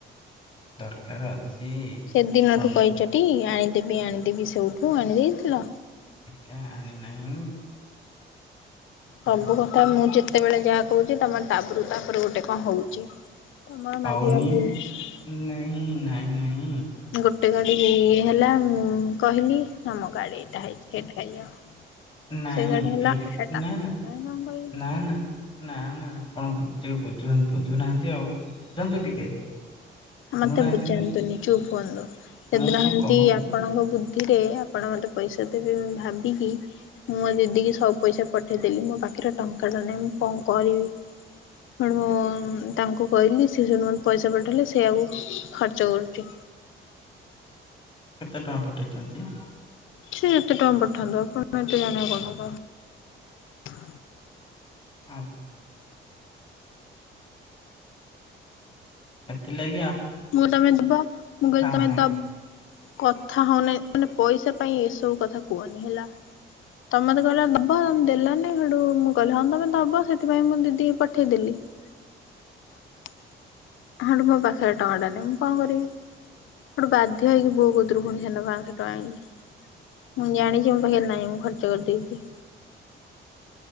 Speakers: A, on the left; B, on the left.
A: ଦରକାର ଅଛି।
B: ସେ ଦିନଠୁ
A: ଆପଣଙ୍କ
B: କହିଛ ଟି ଆଣିଦେବି ଆଣିଦେବି ସେଉଠୁ ଆଣି ଦେଇଥିଲ?
A: କିଆଁ ଆଣି ନାହିଁ?
B: ସବୁ କଥା ମୁଁ ଯେତେବେଳେ ଯାହା କହୁଛି ତମର ତାପରୁ ତାପରେ ଗୋଟେ କଣ ହଉଛି। ତମର
A: ହଉନି
B: ମାଗିବା ଭୁଲ
A: ନେହି ନାହିଁ ନାହିଁ।
B: ଗୋଟେ ଗାଡି ଇଏ ହେଲା ମୁଁ କହିଲି ଆମ ଗାଡି ଏଇଟା ହେଇଛି ହେଇଟା ହେଇଯାଉ।
A: ନାହିଁ
B: ସେ ଗାଡି ହେଲା
A: ଏକେ
B: ହେଟା
A: - ନା
B: ମୁଁ
A: ନା
B: କାଇଁ କଣ କହିବି
A: ନା ନା। ନା ନା ଆପଣ ବୁ ଟିକେ ବୁଝନ ବୁଝୁନାହାନ୍ତି ଆଉ ବୁଝନ୍ତୁ ଟିକେ। ଶୁଣୁନାହାନ୍ତି
B: ମତେ ବୁଝାନ୍ତୁନି
A: ମୁଁ
B: ଚୁପ୍ ହୁଅନ୍ତୁ। ସେଦିନ
A: ମୁଁ କଣ
B: ହେମତି
A: କହୁଛି
B: ଆପଣଙ୍କ ବୁଦ୍ ଦ୍ଧିରେ ଆପଣ ମତେ ପଇସା ଦେବେ ମୁଁ ଭାବିକି ମୁଁ ଆଜି ଦି ସବୁ ପଇସା ପଠେଇଦେଲି। ମୋ ପାଖ୍ ଖରେ ଟଙ୍କାଟା ନାହିଁ। ମୁଁ କଣ କରିବି? ହେଣୁ ତାଙ୍କୁ କହିଲି ସେ ସେଇଠୁ ମତେ ପଇସା ପଠେଇଲେ ସେ ସେଆକୁ ଖର୍ଚ୍ଚ କରୁଛି।
A: କେତେ ଟଙ୍କା ପଠେଇଛନ୍ତି?
B: ସେ ଯେତେ ଟଙ୍କା ପଠାନ୍ତୁ ଆପଣ ଏତେ ଜାଣିବା କ'ଣ ଦରକାର।
A: ଆଚ୍ଛା। ଏଥିଲାଗି
B: ମୁଁ ତମେ ଦବ ମୁଁ କହିଲି
A: ହଉନାହାନ୍ତି
B: ତମେ ଦବ୍ କଥା ହଉନାହିଁ ମାନେ ପଇସା ପାଇଁ ଏସବୁ କଥା କୁହନି ହେଲା। ତମେ ତ କହିଲା ଦବ ଦେଲାନି ହେଠୁ ମୁଁ କହିଲି ହଁ ତମେ ଦବ ସେଥିପାଇଁ ମୁଁ ଦିଦିକୁ ପଠେଇଦେଲି। ହଁ ହେଡୁ ମୋ ପାଖରେ ଟଙ୍କା ଟା ନାହିଁ। ମୁଁ କ'ଣ କରିବି? ଏଠୁ ବାଧ୍ୟ ହେଇକି ବୋଉଗତିରୁ ପୁଣି ହେନ ପାଞ୍ଚଶହ ଟଙ୍କା ଆଣିଲି। ମୁଁ ଜାଣିଛି ମୋ ପାଖରେ ନାହିଁ। ମୁଁ ଖର୍ଚ୍ଚ କରିଦେଇଛି।